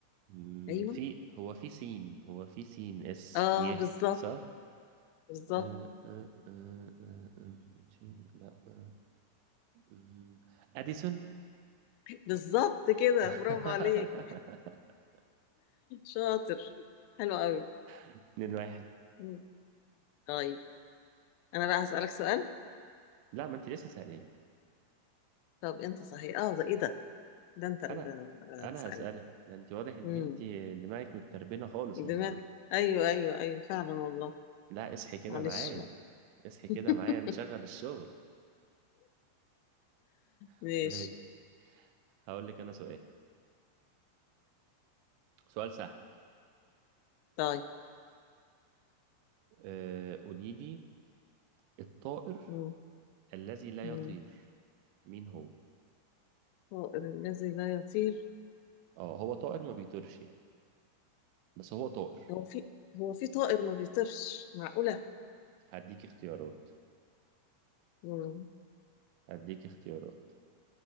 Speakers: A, on the right; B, on the left.
A: م-
B: أيوه
A: في هو في سين هو في سين اس
B: اه
A: يه
B: بالظبط
A: صح
B: بالظبط
A: آه، آه، آه، آه، آه، لا آه، آه، اديسون
B: بالظبط كده
A: <laughs>
B: برافو عليك شاطر حلو قوي
A: اتنين واحد
B: مم. طيب أنا بقى هسألك سؤال
A: لا ما انت لسه سألاني
B: طب أنت صحيح اه ده إيه ده ده أنت اللي
A: انا انا
B: هتسألني
A: هسألك ده انت واضح ان
B: مم،
A: انت دماغك متربينة خالص
B: دماغ
A: النهاردة
B: أيوه أيوه أيوه فعلا والله
A: لا اصحي كده
B: معلش
A: معايا
B: بقى
A: اصحي
B: <laughs>
A: كده معايا نشغل الشغل <laughs>
B: ماشي
A: ماشي هقول لك انا سؤال سؤال سهل
B: طيب
A: أه قولي لي الطائر
B: مم.
A: الذي لا
B: مم.
A: يطير مين هو
B: طائر الذي لا يطير
A: اه هو طائر ما بيطيرش يعني بس هو طائر
B: هو في هو في طائر ما بيطيرش معقولة
A: هديك اختيارات
B: مم.
A: هديك اختيارات